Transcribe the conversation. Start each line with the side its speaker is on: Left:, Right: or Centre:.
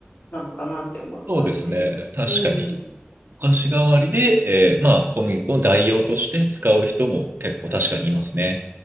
Left: なのかなって思ったんですけど。
Right: そうですね。確かに。
Left: うん。
Right: お菓子代わりで、えーまあ、小麦粉を代用として使う人も結構確かにいますね。